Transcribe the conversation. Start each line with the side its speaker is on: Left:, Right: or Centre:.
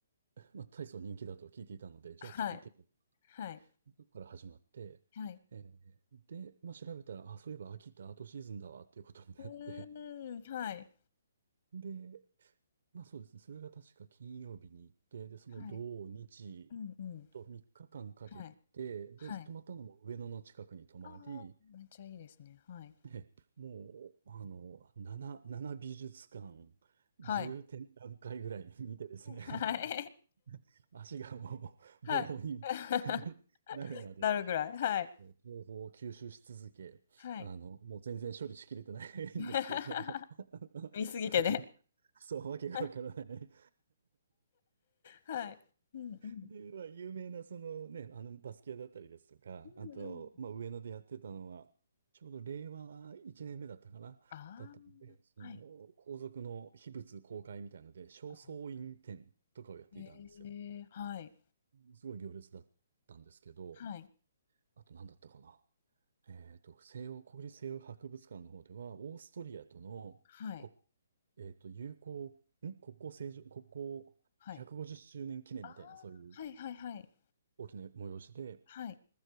Right: まあ、大層人気だと聞いていたので、じゃあちょっと行ってみよ
Left: はい。はい。
Right: う。そこから始まって、
Left: はい。
Right: えーで、まあ、調べたら、あ、そういえば秋ってアートシーズンだわっていうことになって、
Left: うーん、はい。
Right: で、まあそうですね。それが確か金曜日に行って、で、その土日
Left: はい。うんうん。
Right: と3日間かんかけて、
Left: はい。
Right: で、
Left: はい。
Right: 泊まったのも上野の近くに泊まり、
Left: ああ、めっちゃいいですね。はい。
Right: で、もう、あの、7、7美術館、
Left: はい。
Right: 10展覧会ぐらい <laughs> 見てですね、
Left: はい。
Right: <laughs> 足がもう棒に
Left: <laughs> はい。<laughs>
Right: <laughs> なるまで、
Left: なるぐらい、はい。
Right: 情報を吸収し続け、
Left: はい。
Right: あの、もう全然処理しきれてないんですけど、
Left: <laughs>
Right: <laughs>
Left: 見すぎてね。
Right: そう、わけがわからない
Left: <laughs> はい。うんうん。
Right: で、は有名なそのね、あのバスキアだったりですとか、
Left: うんうん。
Right: あと、まあ、上野でやってたのは、ちょうど令和1年目だったかな、
Left: ああ、
Right: だったんで、その皇族の秘仏公開みたいので、
Left: はい。
Right: 正倉院展とかをやっていたんですよ。
Left: あーへえ、はい。
Right: すごい行列だったんですけど、
Left: はい。
Right: あと何だったかな。えっと、西洋、国立西洋博物館の方では、オーストリアとのこ、
Left: はい。
Right: えっと、友好、ん国交正常、国交150周年記念みたいな、
Left: はい。ああ、
Right: そういう
Left: はいはいはい。
Right: 大きな催しで、
Left: はい。